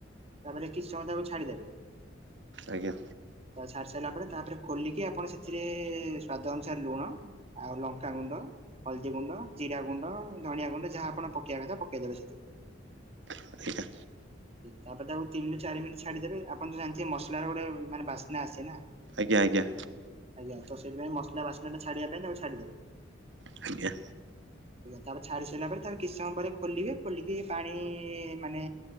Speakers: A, on the right; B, on the right.
A: ତାପରେ କିଛି ସମୟ ତାକୁ ଛାଡ଼ି ଦେବେ
B: ଆଜ୍ଞା।
A: ତାକୁ ଛାଡ଼ି ସାଇଲା ପରେ ତାପରେ ଖୋଲିକି ଆପଣ ସେଥିରେ, ସ୍ଵାଦ ଅନୁସାରେ ଲୁଣ ଆଉ ଲଙ୍କା ଗୁଣ୍ଡ, ହଳଦୀ ଗୁଣ୍ଡ, ଜିରା ଗୁଣ୍ଡ, ଆ ଧଣିଆ ଗୁଣ୍ଡ, ଯାହା ଆପଣ ପକେଇ ପକେଇଆ କଥା ପକେଇଦେବେ ସେଥିରେ।
B: ଆଜ୍ଞା।
A: ତାପରେ ତାକୁ ତିନିରୁ ଚାରିି ମିନିଟ୍ ଛାଡିଦେବେ। ଆପଣ ତ ଜାଣିଥିବେ ମସଲାର ଗୋଟେ ମାନେ ବାସ୍ନା ଆସେ ନା।
B: ଆଜ୍ଞା ଆଜ୍ଞା।
A: ଆଜ୍ଞା। ତ ସେଇଥିପାଇଁ ମସଲା ବାସ୍ନାଟା ଛାଡିବା ପାଇଁ ତାକୁ ଛାଡିଦେବେ।
B: ଆଜ୍ଞା।
A: ତାପରେ ଛାଡି ସାଇଲା ପରେ ତାପରେ କିଛି ସମୟ ପରେ ଖୋଲିବେ, ଖୋଲିକି ପାଣି ମାନେ